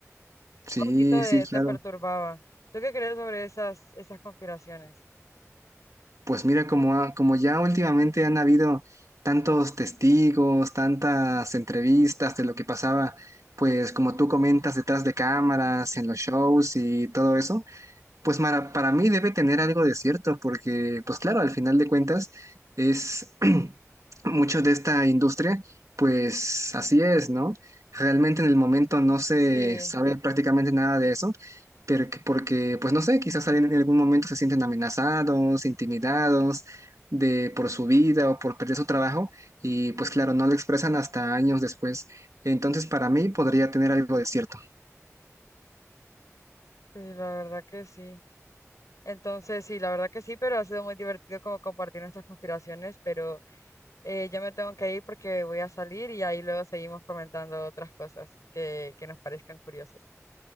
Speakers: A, on the left (about 80°); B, on the right (about 80°).
A: Te
B: Sí,
A: da Un poquito de,
B: sí, claro.
A: te perturbaba. ¿Tú qué crees sobre esas, esas conspiraciones?
B: Pues mira, como, ha- como ya últimamente han habido tantos testigos, tantas entrevistas de lo que pasaba, pues como tú comentas detrás de cámaras, en los shows y todo eso, pues para, para mí debe tener algo de cierto, porque, pues claro, al final de cuentas es <clears throat> mucho de esta industria, pues así es, ¿no? Realmente en el momento no se
A: Sí,
B: sabe prácticamente nada de eso, pero que- porque, pues no sé, quizás alguien en algún momento se sienten amenazados, intimidados de por su vida o por perder su trabajo y pues claro, no lo expresan hasta años después. Entonces, para mí podría tener algo de cierto.
A: sí, la verdad que sí. Entonces, sí, la verdad que sí, pero ha sido muy divertido como compartir nuestras conspiraciones, pero eh, yo me tengo que ir porque voy a salir y ahí luego seguimos comentando otras cosas que, que nos parezcan curiosas.